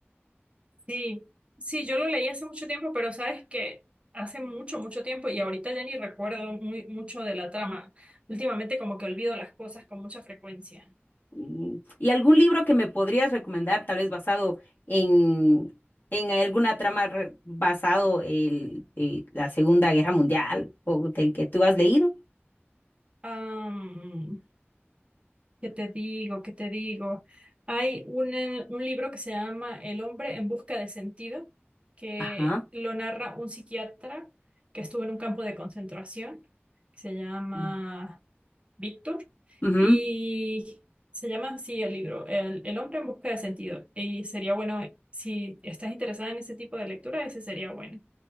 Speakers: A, on the right; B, on the left.
A: Sí, sí, yo lo leí hace mucho tiempo, pero sabes que hace mucho, mucho tiempo y ahorita ya ni recuerdo muy, mucho de la trama. Últimamente como que olvido las cosas con mucha frecuencia.
B: Mm, ¿Y algún libro que me podrías recomendar, tal vez basado en, en alguna trama re- basado en, eh, la Segunda Guerra Mundial o del que tú has leído?
A: Am, ¿qué te digo? ¿Qué te digo? Hay un, eh, un libro que se llama El hombre en busca de sentido, que
B: Ajá.
A: lo narra un psiquiatra que estuvo en un campo de concentración, que se llama
B: Mm.
A: Víctor,
B: Ujú.
A: y se llama así el libro, El, El hombre en busca de sentido. Y sería bueno, si estás interesada en ese tipo de lectura, ese sería bueno.